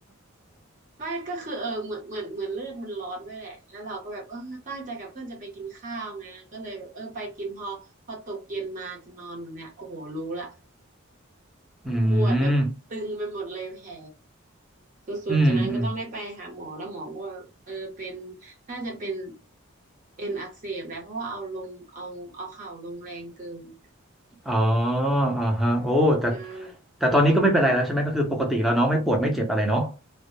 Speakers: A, on the right; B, in the centre.
A: ไม่ก็คือเออเหมือนเหมือนเหมือนเลือดมันร้อนด้วยแหละแล้วเราก็แบบเออตั้งใจกับเพื่อนจะไปกินข้าวไงก็เลยแบบเออไปกินพอพอตกเย็นมาจะนอนแบบเนี้ยโอ้โหรู้ละ
B: <laughs> อื
A: ปวดแบบตึงไปหมดเลยแผล
B: ม
A: สุดๆจากนั้นก็ต้องได้ไปหาหมอแล้วหมอก็ว่าเออเป็น
B: อืมอืม
A: น่าจะเป็นเอ็นอักเสบแหละเพราะว่าเอาลงเอาเอาเข่าลงแรงเกิน
B: อ๋ออ่าฮะโอ้แต่
A: ใช่
B: แต่ตอนนี้ก็ไม่เป็นไรแล้วใช่ไหม ก็คือปกติแล้วเนาะไม่ปวดไม่เจ็บอะไรเนาะ